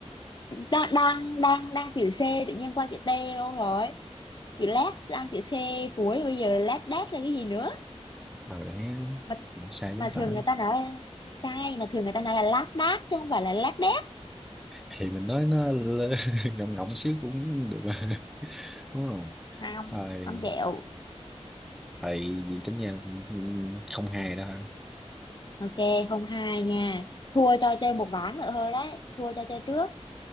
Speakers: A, on the left; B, in the centre.
A: đang đang đang đang chữ C tự nhiên qua chữ T luôn rồi chữ lát đang chữ C cuối bây giờ lát đát là cái gì nữa
B: rồi đấy
A: mà
B: chính sai
A: mà
B: chính tả
A: thường người ta nói là sai mà thường người ta nói là lát đát chứ không phải là lát đét
B: thì mình nói nó lơ- <laughs> ngọng ngọng xíu cũng được mà <laughs> đúng không
A: không
B: rồi
A: không chịu
B: thầy gì tính nha không hề đó hả
A: ok không hai nha thua cho chơi một ván nữa thôi đấy thua cho chơi trước